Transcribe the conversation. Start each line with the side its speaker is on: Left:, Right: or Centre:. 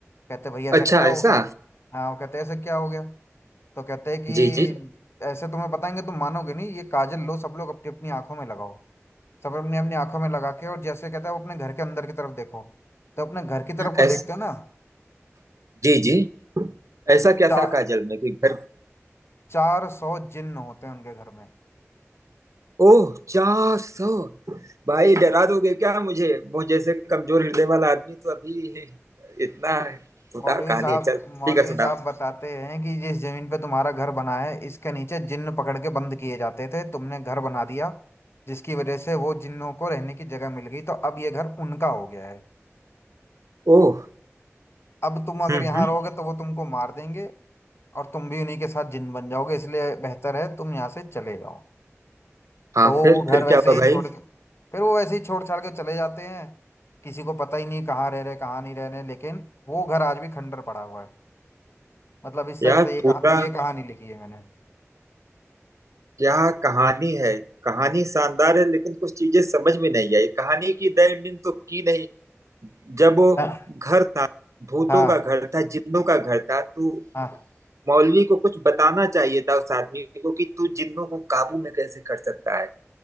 Left: कहते भाई ऐसा
Right: अच्छा
Left: क्या हो
Right: ऐसा
Left: गया हाँ वो कहते ऐसे क्या हो गया तो कहते हैं कि
Right: जी जी
Left: ऐसे तुम्हें बताएंगे तुम मानोगे नहीं ये काजल लो सब लोग अपनी अपनी आंखों में लगाओ सब अपनी अपनी आंखों में लगा के और जैसे कहता है वो अपने घर के अंदर की तरफ देखो तो अपने घर की तरफ को
Right: ऐसा
Left: देखते हो ना
Right: जी जी ऐसा क्या
Left: चा,
Right: था काजल में कि घर
Left: चार सौ जिन्न होते हैं उनके घर में
Right: ओह चार सौ भाई डरा दोगे क्या मुझे वो जैसे कमजोर हृदय वाला आदमी तो अभी इतना है। सुना
Left: मौलवी
Right: कहानी
Left: साहब
Right: है। चल ठीक
Left: मौलवी
Right: है सुना
Left: साहब बताते हैं कि जिस जमीन पे तुम्हारा घर बना है इसके नीचे जिन्न पकड़ के बंद किए जाते थे तुमने घर बना दिया जिसकी वजह से वो जिन्नों को रहने की जगह मिल गई तो अब ये घर उनका हो गया है
Right: ओह
Left: अब तुम अगर
Right: हम्म
Left: यहाँ
Right: हम्म
Left: रहोगे तो वो तुमको मार देंगे और तुम भी उन्हीं के साथ जिन बन जाओगे इसलिए बेहतर है तुम यहाँ से चले जाओ
Right: हाँ
Left: तो वो
Right: फिर
Left: वो घर
Right: फिर
Left: वैसे
Right: क्या हुआ
Left: ही
Right: भाई
Left: छोड़ के फिर वो वैसे ही छोड़ छाड़ के चले जाते हैं किसी को पता ही नहीं कहाँ रह रहे कहाँ नहीं रह रहे लेकिन वो घर आज भी खंडर पड़ा हुआ है मतलब इस तरह
Right: यार
Left: से ये कहा
Right: पूरा
Left: ये कहानी लिखी है मैंने
Right: क्या कहानी है कहानी शानदार है लेकिन कुछ चीजें समझ में नहीं आई कहानी की द एंडिंग तो की नहीं जब वो
Left: हाँ
Right: घर था भूतों
Left: हाँ
Right: का घर था जिन्नों का घर था तो
Left: हाँ।
Right: मौलवी को कुछ बताना चाहिए था उस आदमी को कि तू जिन्नों को काबू में कैसे कर सकता है